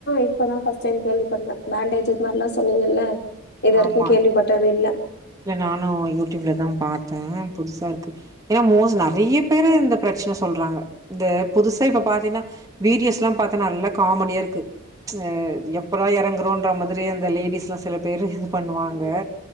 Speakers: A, on the left (about 50°); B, on the right (about 15°).
A: இப்பதா பஸ்ட் டைம் கேள்விப்படுற பேண்டேஜ் <unintelligible> சொன்னீங்கல்ல இதுவரைக்கு
B: ஆமா
A: கேள்விப்பட்டது இல்ல
B: இல்ல நானு யூடியூப்ல எல்லா பாத்த புதுசா இருக்கு ஏனா மோஸ் நெறயா பேரு இந்த பிரச்சன சொல்றாங்க இந்த புதுசா இப்ப பாத்தீங்கன்னா வீடியோஸ் எல்லா பாத்த நல்லா காமெடியா இருக்கு ப்ச் எப்பதா இறங்குறோன்ற மாரி அந்த லேடிஸ் எல்லா சில பேரு பண்ணுவாங்க
A: ஆமா.